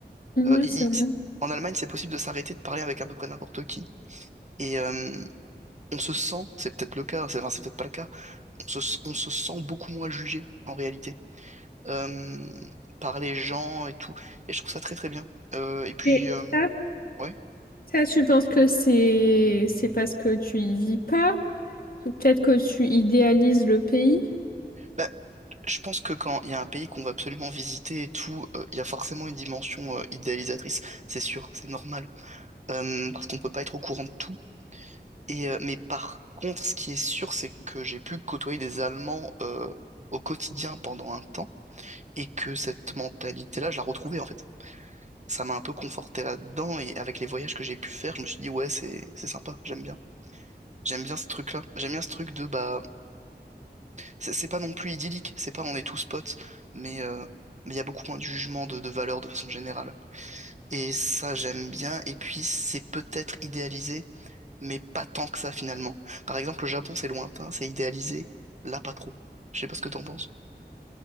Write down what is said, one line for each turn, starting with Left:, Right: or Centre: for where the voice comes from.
Left: Ouais,
Right: Euh, il-
Left: c'est
Right: il-
Left: vrai.
Right: en Allemagne, c'est possible de s'arrêter de parler avec à peu près n'importe qui. Et euh, on se sent, c'est peut-être le cas, c'est enfin, c'est peut-être pas le cas, on se, on se sent beaucoup moins jugé, en réalité, euh, par les gens et tout. Et je trouve ça très très bien. Euh, et puis,
Left: Et
Right: euh,
Left: ça,
Right: ouais.
Left: ça, tu penses que c'est c'est parce que tu y vis pas? Peut-être que tu idéalises le pays?
Right: Bah, Je pense que quand il y a un pays qu'on va absolument visiter et tout, euh, il y a forcément une dimension euh, idéalisatrice, c'est sûr, c'est normal, Euh, parce qu'on peut pas être au courant de tout. Et euh, mais par contre, ce qui est sûr, c'est que j'ai pu côtoyer des Allemands euh, au quotidien pendant un temps et que cette mentalité-là, je la retrouvais en fait. Ça m'a un peu conforté là-dedans et avec les voyages que j'ai pu faire, je me suis dit ouais, c'est c'est sympa, j'aime bien, j'aime bien ce truc-là, j'aime bien ce truc de bah C'est c'est pas non plus idyllique, c'est pas on est tous potes, mais euh, mais il y a beaucoup moins de jugement de, de valeur de façon générale. Et ça, j'aime bien. Et puis, c'est peut-être idéalisé, mais pas tant que ça finalement. Par exemple, le Japon, c'est lointain, c'est idéalisé, là, pas trop. Je sais pas ce que t'en penses.